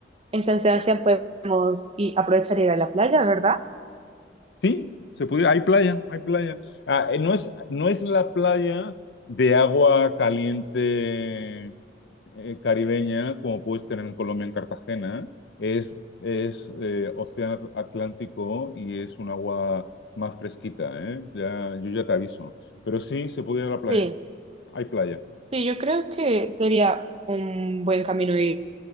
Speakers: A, on the right (about 35°); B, on the left (about 70°).
A: En San Sebastián podemos y aprovechar y ir a la playa, ¿verdad?
B: Sí, se pudiera, hay playa, hay playa. Ah, eh, no es, no es la playa de agua caliente eh, caribeña como puedes tener en Colombia, en Cartagena. Es, es eh, océano Atlántico y es un agua más fresquita, ¿eh? Ya, yo ya te aviso. Pero sí, se puede ir a la playa.
A: Sí,
B: Hay playa.
A: Sí, yo creo que sería un buen camino ir